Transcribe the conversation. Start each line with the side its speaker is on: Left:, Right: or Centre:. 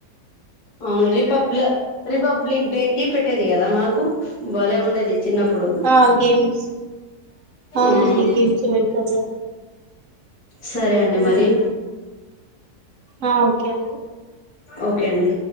Left: అవును రిపబ్ల రిపబ్లిక్ డే కి పెట్టేది కదా మనకు బలే ఉండేది చిన్నప్పుడు
Right: ఆ గేమ్స్ అవునండి
Left: అవును
Right: గేమ్స్ పెడతారు కదా
Left: సరే అండి
Right: అవునండి
Left: మరి
Right: ఆ ఓకే అ
Left: ఓకే అండి